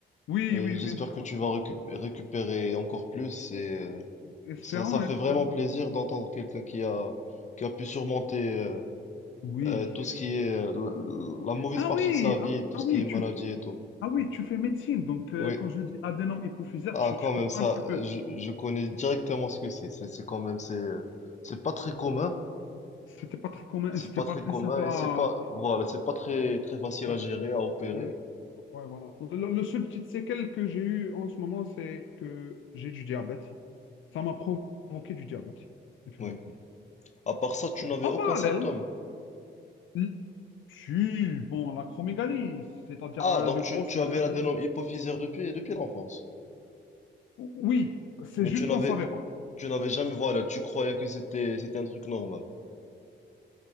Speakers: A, on the left; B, on the left.
A: Oui,
B: Et
A: oui,
B: j'espère
A: bien sûr.
B: que
A: ouais.
B: tu vas récup- récupérer encore plus. Et euh,
A: Espérons,
B: ça, ça fait
A: espérons.
B: vraiment plaisir d'entendre quelqu'un qui a, qui a pu surmonter... euh,
A: Oui.
B: Euh, tout ce qui est euh, la, la mauvaise
A: Ah
B: partie
A: oui,
B: de sa vie,
A: ah,
B: tout
A: ah
B: ce
A: oui,
B: qui est maladie
A: tu, f-
B: et tout.
A: ah oui, tu fais médecine. Donc, euh,
B: Oui.
A: quand je dis adénome hypophysaire,
B: Ah,
A: tu,
B: quand
A: tu comprends
B: même, ça,
A: un petit peu.
B: je, je connais directement ce que c'est. C'est, c'est quand même, c'est, euh, c'est pas très commun.
A: C'était pas très commun,
B: C'est
A: et c'était
B: pas
A: pas
B: très
A: très
B: commun
A: simple à.
B: et c'est pas, voilà, c'est pas très, très facile
A: Ouais,
B: à gérer, à opérer.
A: ouais, ouais, voilà. Le, le seul petit séquelle que j'ai eu en ce moment, c'est que j'ai du diabète. Ça m'a provoqué du diabète. Et puis,
B: Oui.
A: voilà.
B: À part ça, tu n'avais
A: En
B: aucun
A: parallèle,
B: symptôme.
A: l- si, bon, l'acromégalie, c'est-à-dire
B: Ah,
A: euh,
B: donc
A: de grosses
B: tu, tu
A: mains.
B: avais l'adénome
A: de-
B: hypophysaire depuis, depuis l'enfance.
A: Oui, c'est
B: Mais
A: juste
B: tu n'avais,
A: qu'on ne savait pas.
B: tu n'avais jamais, voilà, tu croyais que c'était, c'était un truc normal.